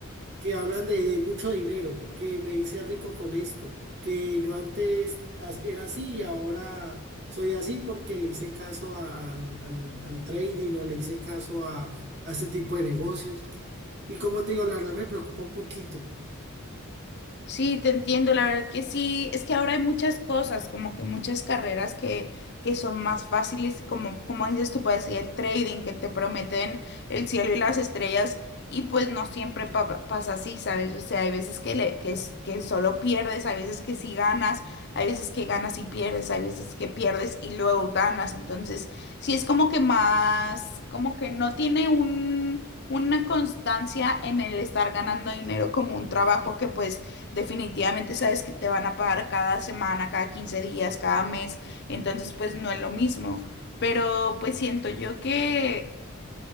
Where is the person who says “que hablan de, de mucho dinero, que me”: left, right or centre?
Right